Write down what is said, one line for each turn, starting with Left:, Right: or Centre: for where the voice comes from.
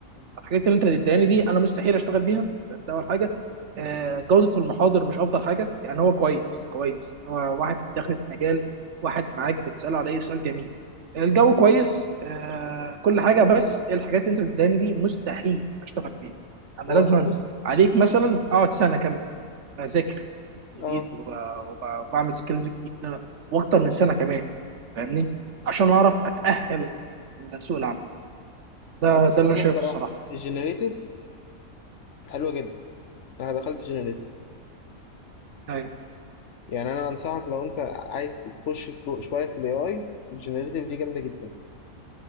Right: الحاجات اللي انت هتديهاني دي انا مستحيل اشتغل بيها ده اول حاجه آه، جوده المحاضر مش افضل حاجه يعني هو كويس كويس ان هو واحد دخلت مجال واحد معاك بتساله على اي سؤال جميل الجو كويس آه، كل حاجه بس الحاجات اللي انت بتديهاني دي مستحيل اشتغل بيها انا
Left: وبص
Right: لازم عليك مثلا اقعد سنه كامله بذاكر جديد
Left: اه
Right: وب- وب- وبعمل سكيلز جديده واكتر من سنه كمان فاهمني عشان اعرف اتاهل لسوق العمل
Left: لا،
Right: ده
Left: بس
Right: ده اللي
Left: انا
Right: انا شايفه
Left: الصراحه
Right: الصراحه
Left: الجنريتيف حلوه جدا انا دخلت جنريتيف
Right: ايوه
Left: يعني انا انصحك لو انت عايز تخش جو- شويه في الاي اي الجنريتيف دي جامده جدا